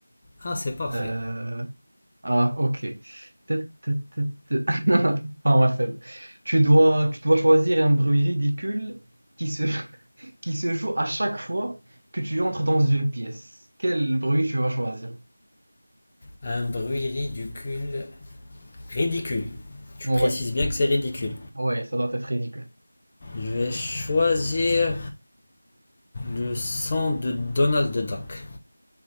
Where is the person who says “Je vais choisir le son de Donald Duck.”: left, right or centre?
Left